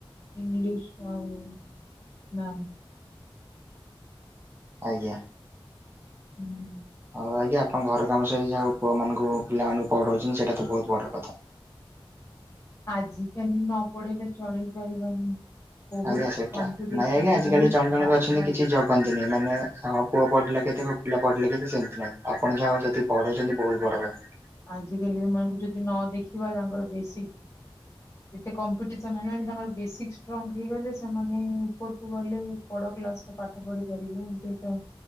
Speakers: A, on the left; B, on the right.
A: ଇଂଲିଶ ଆଉ ମା
B: ଆଜ୍ଞା।
A: ହୁଁ
B: ହଉ ଆଜ୍ଞା ଆପଣ ଘର କାମ ସହିତ ଯାହାକୁ ପୁଅ ମାନଙ୍କୁ ପିଲାମାନାନଙ୍କୁ ପଢଉଛନ୍ତି ସେଇଟା ତ ବହୁତ ବଡ଼ କଥା।
A: ଆଜି କାଲି ନ ପଢେଇଲେ ଚଳି ପାରିବାନି। ବହୁତ
B: ଆଜ୍ଞା ସେଟା।
A: କମ୍ପିଟିସନ
B: ନାଇଁ ଆଜ୍ଞା ଆଜିିକାଲି
A: ବହୁତ
B: ଜଣେ ଜଣ
A: ପାଠ।
B: ବି ଅଛନ୍ତି କିଛି ଜ କହନ୍ତିନି ମାନେ ହଁ ପୁଅ ପଢିଲା କେତେ ପିଲା ପଢିଲେ କେତ ସେମତି ନାହିଁ। ଆପଣ ଯାହା ହଉ ସେତିକି ପଢ଼ାଉଛନ୍ତି ବୋହୁତ୍ ବଡ କଥା।
A: ଆଜିକାଲି ମାନଙ୍କୁ ଯଦି ନ ଦେଖିବା ତାଙ୍କର ବସିକ କେତେ କମ୍ପିଟିସନ ହେଲାଣି ତାଙ୍କର ବେସିକ ଷ୍ଟ୍ରଙ୍ଗ ହେଇଗଲେ ସେମାନେ ଉପରକୁ ଗଲେ ବଡ କ୍ଲାସ ରେ ପାଠ ପଢି ପାରିବେ ଏ ତ